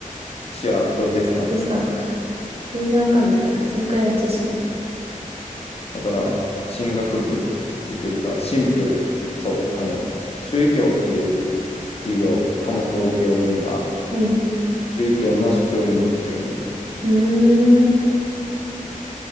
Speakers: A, on the left; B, on the right.
A: 私はプロテスタントやから。
B: テスタンとか。全然わかんないや。そんくらいの知識だ。
A: だから、進学部出てるか、神父、そう、あの、宗教っていう授業、科目を請け負うには、
B: うん。
A: 宗教の教員免許がいる。
B: うーん。